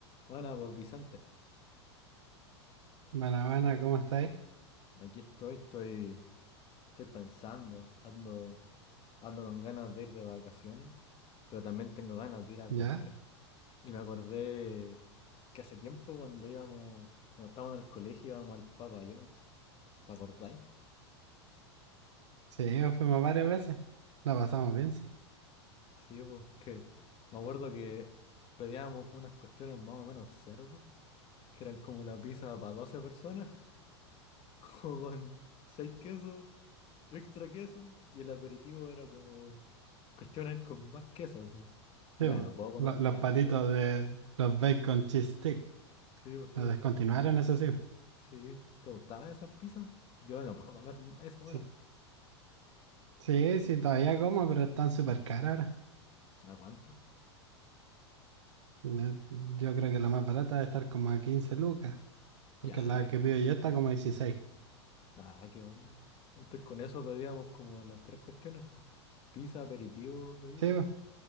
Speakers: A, on the left (about 40°); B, on the right (about 85°).
A: Bueno, pues Vicente,
B: Buena, ¿cómo estáis?
A: aquí estoy, estoy, estoy pensando, ando, ando con ganas de ir de vacaciones, pero también tengo ganas de ir a
B: ¿Ya?
A: comer. Y me acordé que hace tiempo cuando íbamos, cuando estábamos en el colegio íbamos al Papa John's. ¿Te acordáis?
B: Sí, fuimos varias veces. La pasamos bien, sí.
A: Sí, pues es que me acuerdo que pedíamos unas cuestiones más o menos cerdas, que eran como la pizza para 12 personas, <laughs> como con 6 quesos Extra queso y el aperitivo era como cuestiones con más queso así. Yo
B: Sí,
A: ya
B: po.
A: no puedo comer
B: Lo-
A: tanto.
B: los palitos de los bacon cheese stick.
A: Sí, pues, sí,
B: Los
A: pues.
B: descontinuaron, eso sí.
A: Sí. ¿Te gustaban esas pizzas? Yo no puedo comer más eso
B: Sí,
A: ahora.
B: sí, sí, todavía como, pero están súper caros ahora.
A: ¿A cuánto?
B: Yo, yo creo que la más barata debe estar como a 15 lucas, porque
A: Ya,
B: la que pido yo está como 16.
A: nada, qué onda. Antes con eso pedíamos como las tres cuestiones, pues. Pizza, aperitivo, bebida.
B: Sí, po,